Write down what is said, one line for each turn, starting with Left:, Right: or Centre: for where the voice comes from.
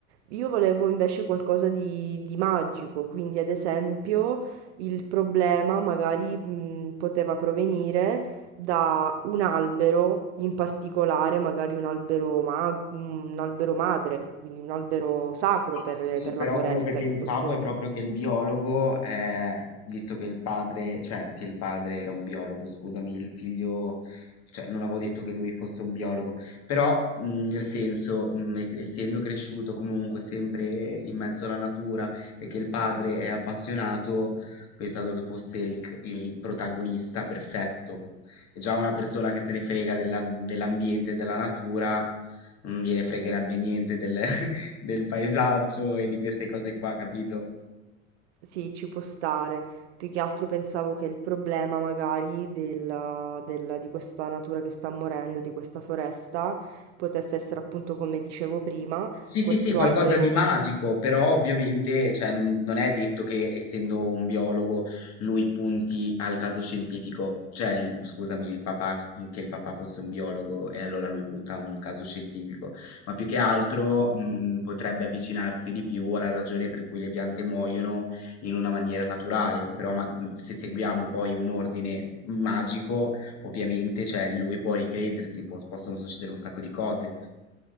Right: Io volevo invece qualcosa di, di magico, quindi ad esempio il problema magari mh, poteva provenire da un albero in particolare, magari un albero, ma- un albero madre, quindi un albero sacro per,
Left: Sì,
Right: per
Left: però
Right: la foresta,
Left: quello che pensavo
Right: che fosse...
Left: è proprio che il biologo, eh, visto che il padre, cioè che il padre era un biologo, scusami, il figlio, cioè non avevo detto che lui fosse un biologo, però mh, nel senso, mh, e- essendo cresciuto comunque sempre in mezzo alla natura e che il padre è appassionato, ho pensato che fosse il, c- il protagonista perfetto. E già una persona che se ne frega della- dell'ambiente, della natura, non gliene fregherebbe niente del, del paesaggio e di queste cose qua, capito?
Right: Sì, ci può stare. Più che altro pensavo che il problema magari della- della- di questa natura che sta morendo, di questa foresta, potesse essere appunto, come dicevo prima,
Left: Sì,
Right: questo
Left: sì, sì, qualcosa
Right: albero
Left: di magico, però ovviamente, cioè, n- non è detto che essendo un biologo lui punti al caso scientifico, cioè, il- scusami, il papà, mhmm, che il papà fosse un biologo e allora lui punta a un caso scientifico, ma più che altro, mh, potrebbe avvicinarsi di più alla ragione per cui le piante muoiono in una maniera naturale, però ma- mh, se seguiamo poi un ordine magico, ovviamente, cioè, lui può ricredersi, può- possono succedere un sacco di cose.